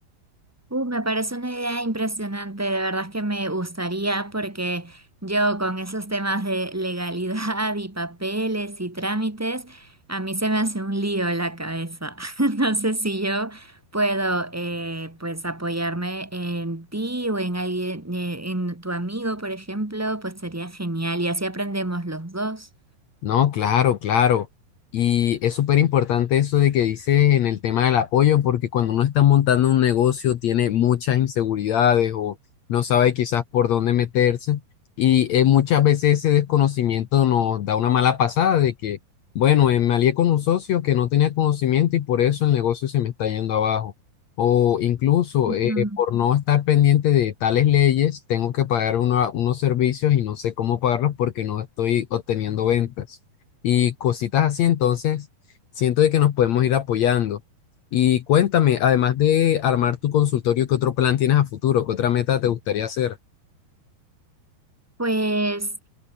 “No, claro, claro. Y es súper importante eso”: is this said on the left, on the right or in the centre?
Left